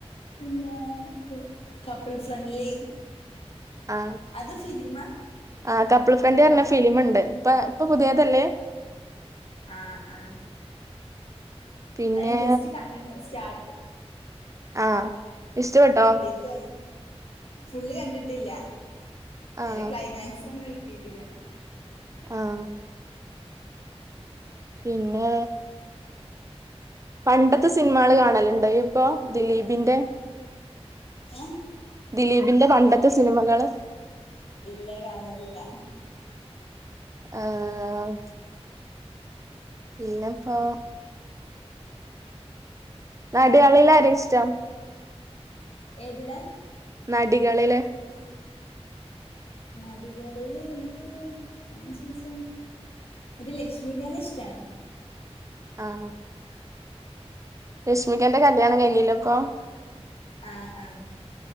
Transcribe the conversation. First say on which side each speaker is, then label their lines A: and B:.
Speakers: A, on the left; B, on the right.
A: എന്താ <unintelligible> കപ്പ്ൾ ഫ്രണ്ട്ലി
B: ആ
A: അത് ഫിലിമാ
B: ആ കപ്പിൾ ഫ്രണ്ട്ലിറഞ്ഞ
A: ഡ്രാ
B: ഫിലിമ്ണ്ട് ഇപ്പൊ ഇപ്പൊ പുതിയതല്ലേ
A: ആ ആ
B: പിന്നെ
A: അത് ഞാൻ ജസ്റ്റ് കണ്ട്ണ് സ്റ്റാർ
B: ആഹ് ഇഷ്ടപ്പെട്ടോ
A: കംപ്ലീറ്റ് ആയി ഫുള്ള് കണ്ടിട്ടില്ല
B: ആഹ്
A: ഐന്റെ ക്ലൈമാക്സ് ഒന്നും കിട്ടിയിട്ടില്ല
B: ആഹ പിന്നെ പണ്ടത്തെ സിനിമകൾ കാണലുണ്ടോയ്പ്പൊ ദിലീപിന്റെ
A: ഏ
B: ദിലീപിന്റെ പണ്ടത്തെ
A: ഇല്ല
B: സിനിമകള്
A: ഇല്ല കാണലില്ല
B: ആഹ് പിന്നെപ്പോ നടിയാളിൽ ആരെഷ്ടം
A: ഏതിലാ
B: നടികളില്
A: നടികളിൽ ഇൻക്ക് അങ്ങനെ ചോദിച്ചാല് ഇന്ക്ക് ലക്ഷ്മികനെഷ്ടാണ്
B: ആഹ് രശ്മികന്റെ കല്യാണം കഴിഞ്ഞില്ലേപ്പൊ
A: ആഹ് ആഹ്